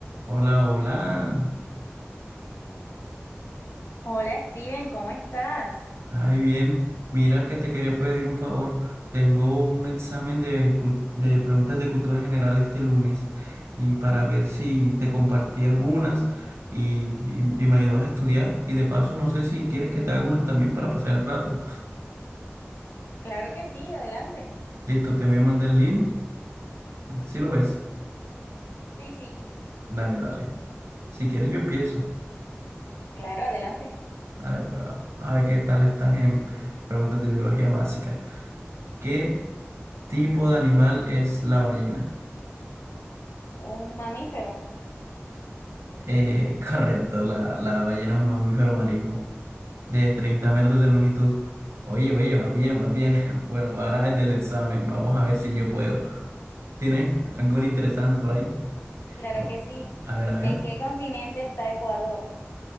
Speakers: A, on the right; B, on the left.
A: Hola, hola.
B: Hola Steven, ¿cómo estás?
A: Ay, bien. Mira que te quería pedir un favor. Tengo un examen de, cul- de preguntas de cultura general este lunes y para ver si te compartí algunas y, y- y me ayudas a estudiar. Y de paso, no sé si quieres que te haga unas también para pasar el rato.
B: Claro que sí, adelante.
A: Listo, te voy a mandar el link. Si lo ves?
B: Sí, sí,
A: Dale, dale. Si quieres, yo empiezo.
B: claro, adelante.
A: A ver, pues vamos. A ver qué tal estás en preguntas de biología básica. ¿Qué tipo de animal es la ballena?
B: Un mamífero,
A: Eh, <laughs> correcto, la, la ballena es un mamífero marino de 30 metros de longitud. Oye, oye, va bien, va bien. <laughs> Bueno, pues ahora es del examen. Vamos a ver si yo puedo. ¿Tiene algo interesante por ahí?
B: claro
A: Oh,
B: que sí.
A: a ver, a ver.
B: ¿En qué continente está Ecuador?